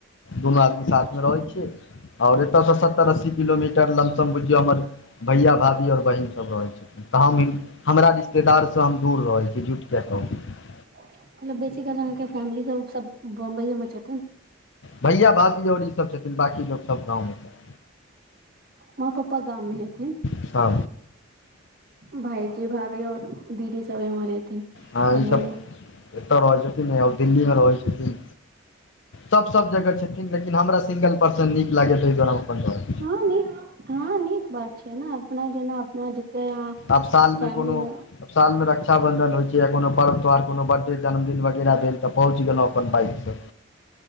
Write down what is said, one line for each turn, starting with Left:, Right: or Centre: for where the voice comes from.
Left: दुनू आदमी
Right: अच्छा
Left: साथमे रहै छियै आओर एतयसँ सत्तर अस्सी किलोमीटर लमसम बुझियौ हमर भैया भाभी आओर बहिन सब रहै छै तऽ हम हमरा रिश्तेदारसँ हम दूर रहै छी जुट कियै कहू
Right: मतलब बेसिकाल अहाँके फैमिली सब सब बम्बइये मे छथिन
Left: भैया भाभी आओर ई सब छथिन बाँकी लोक सब गाँवमे छथि
Right: माँ पप्पा गाममे हेथिन
Left: अच्छा
Right: भाइजी भाभीऔर दीदी सब एम्हर हेथिन
Left: हँ
Right: बम्बई
Left: ई सब
Right: मे
Left: एतऽ रहै छथिन आ दिल्ली मे रहै छथिन सभ सभ जगह छथिन लेकिन हमरा सिंगल पर्सन नीक लागत ताहि दुआरे हम अपन रहै
Right: हँ नीक हँ नीक बात छै ने अपना जेना अपना जते अहाँ
Left: आब सालमे
Right: फैमिली
Left: कोनो
Right: मे
Left: साल मे रक्षाबंधन होइ छै या कोनो पर्व त्योहार कोनो बड्डे जन्मदिन वगैरह तऽ पहुँच गेलहुँ अपन बाइक से